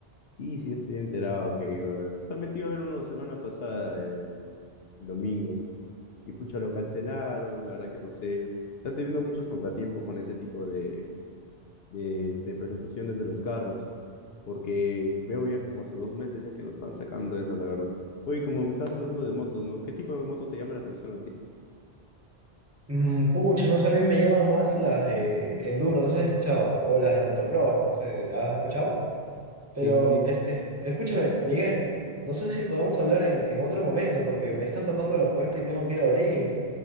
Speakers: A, on the left; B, on the right.
A: Sí, sí, estoy enterado que iba a haber. Justamente iba a haber uno la semana pasada, el, el domingo. Y pucha, lo cancelaron, la verdad que no sé. Están teniendo muchos contratiempos con ese tipo de, de este, presentaciones de los carros, porque veo ya como hace dos meses ya que no están sacando eso, la verdad. Oye, como me estabas hablando de motos, ¿no? ¿Qué tipo de moto te llama la atención a ti?
B: Mm, pucha, no sé, a mí me llaman más las de enduro, no sé si has escuchado, o las de motocross, no sé, ¿has escuchado? Pero,
A: Sí, sí, sí.
B: este, escúchame, Miguel, no sé si podemos hablar en, en otro momento porque me están tocando la puerta y tengo que ir a abrir.